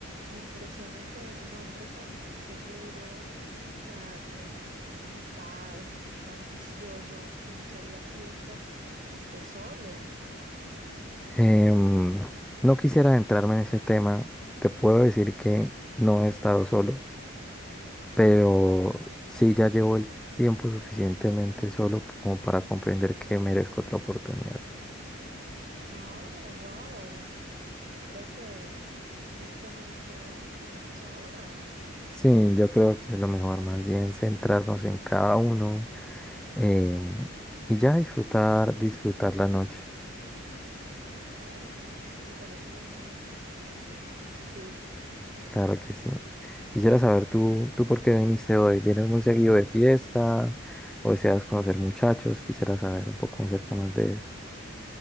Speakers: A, on the right; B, in the centre.
A: me impresiona que un hombre tan seguro, tan capaz y tan juicioso que no sale a fiestas esté solo.
B: Em, no quisiera adentrarme en ese tema. Te puedo decir que no he estado solo, pero sí ya llevo el tiempo suficientemente solo como para comprender que merezco otra oportunidad.
A: Oh, wow. Creo que esos temas no debemos tocarlos ahora.
B: Sí, yo creo que es lo mejor, más bien centrarnos en cada uno em, y ya disfrutar, disfrutar la noche.
A: Claro, disfrutar el momento, como tú dices.
B: Claro que sí. Quisiera saber tú, tú por qué viniste hoy. ¿Vienes muy seguido de fiesta o deseas conocer muchachos? Quisiera saber un poco acerca más de eso.